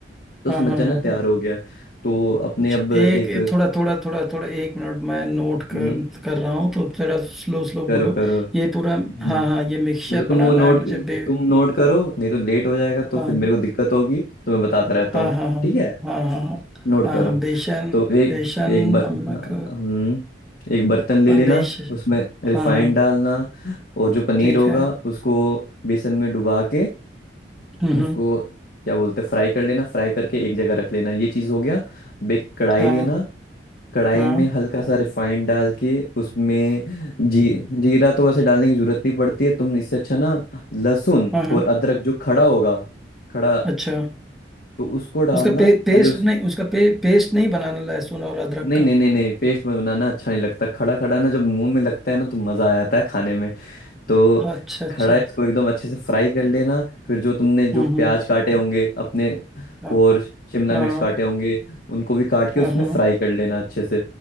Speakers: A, on the left (about 55°); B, in the centre.
A: तो
B: हाँ
A: समझ
B: हाँ हाँ
A: जाना
B: हाँ
A: तैयार
B: हाँ
A: हो गया है। तो अपने
B: अच्छा
A: अब एक
B: एक एक थोड़ा थोड़ा थोड़ा थोड़ा एक मिनट मैं नोट
A: हम्म
B: कर, कर रहा हूँ तो थोड़ा स्लो स्लो
A: करो
B: बोलो
A: करो
B: ये पूरा
A: हम्म
B: हाँ हाँ ये मिक्सचर
A: चलो तुम
B: बनाना
A: वो नोट
B: है मुझे बे
A: तुम नोट करो नहीं तो लेट हो जाएगा
B: हाँ
A: तो फिर मेरे को दिक्कत होगी तो मैं बताता रहता
B: हाँ
A: हूँ
B: हाँ हाँ
A: ठीक है
B: हाँ हाँ हाँ
A: नोट
B: हाँ
A: करो
B: हाँ बेसन
A: तो एक
B: बेसन
A: एक बर
B: नमक
A: हाँ, हम्म, एक बर्तन ले
B: हाँ,
A: लेना
B: बेस
A: उसमें रिफाइंड
B: हाँ हाँ
A: डालना और जो पनीर
B: ठीक
A: होगा
B: है
A: उसको बेसन में डुबा के
B: हम्म
A: उसको
B: हम्म,
A: क्या बोलते हैं फ्राई कर लेना फ्राई करके एक जगह रख लेना ये चीज़ हो गया अब एक कढ़ाई
B: हाँ
A: लेना कढ़ाई
B: हाँ
A: में हल्का सा रिफाइंड डाल के उसमें जी जीरा तो वैसे डालने की जरूरत नहीं पड़ती है तुम इससे अच्छा ना लहसुन
B: हाँ हाँ
A: और अदरक जो खड़ा होगा खड़ा
B: अच्छा
A: तो उसको डालना
B: उसका पे, पेस्ट
A: पहले उस
B: नहीं उसका पे, पेस्ट नहीं बनाना लहसुन और अदरक
A: नहीं
B: का
A: नहीं नहीं नहीं पेस्ट में बनाना अच्छा नहीं लगता खड़ा खड़ा ना जब मुंह में लगता है ना तो मजा आ जाता है खाने में तो
B: अच्छा अच्छा
A: खड़ा इसको एकदम अच्छे से फ्राई कर लेना फिर जो तुमने जो
B: हम्म
A: प्याज
B: हम्म
A: काटे होंगे अपने
B: हाँ
A: और शिमला
B: हाँ
A: मिर्च काटे होंगे उनको भी काट के
B: हाँ
A: उसमें
B: हाँ,
A: फ्राई कर लेना अच्छे से